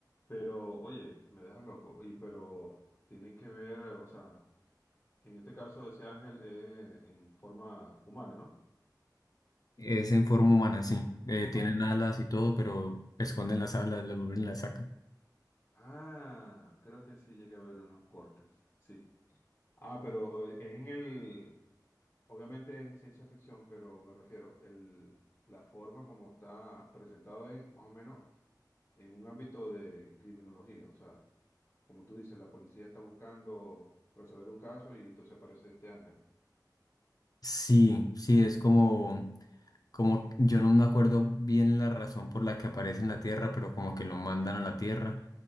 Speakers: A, on the left (about 35°); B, on the left (about 55°).
A: Pero, oye, me dejas loco. Y pero tiene que ver, eh, o sea, en este caso ese ángel es en forma humana, ¿no?
B: Es en forma humana, sí. Eh, tienen
A: Ok,
B: alas
A: sabe.
B: y todo, pero esconden las alas, las vuelven y las sacan.
A: Ah, creo que sí llega a haber unos cortes. Sí. Ah, pero eh, es en el, Obviamente es ciencia ficción, pero me refiero, el, la forma como está presentado es más o menos en un ámbito de criminología. O sea, como tú dices, la policía está buscando resolver un caso y entonces aparece este ángel.
B: Sí, sí, es como, como, yo no me acuerdo bien la razón por la que aparece en la Tierra, pero como que lo mandan a la Tierra